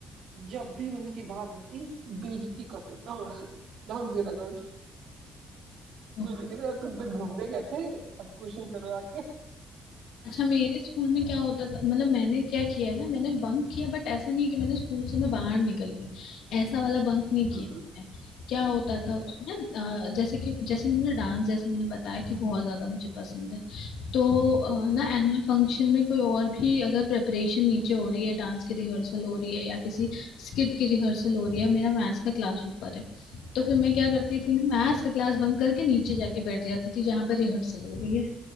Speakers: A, on the right; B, on the left.
A: जब भी मतलब की बात होती बेइज्जती करते ढंग से ढंग से रगड़ते
B: <laughs>
A: कुछ नहीं कहते तुम तो घूमने गए थे अब क्वेश्चन करो आके।
B: अच्छा मेरे स्कूल में क्या होता था मतलब मैंने क्या किया है ना मैंने बंक किया बट ऐसा नहीं कि मैंने स्कूल से मैं बाहर निकल गई ऐसा वाला बंक नहीं किया
A: हम्म,
B: मैंने। क्या होता था
A: अच्छा
B: उसमें
A: अच्छा
B: अ, जैसे कि जैसे कि मैंने डांस जैसे मैंने बताया कि बहुत ज्यादा मुझे पसंद है तो अ, ना
A: हम्म,
B: एनुअल फंक्शन में कोई और भी अगर प्रेपरेशन नीचे हो रही है डांस की रिहर्सल हो रही है या किसी स्किट की रिहर्सल हो रही है मेरा मैथ्स का क्लास ऊपर है तो फिर मैं क्या करती थी
A: अच्छा
B: ना मैथ्स का क्लास बंक करके नीचे जाके बैठ जाती थी जहाँ पे रिहर्सल हो रही है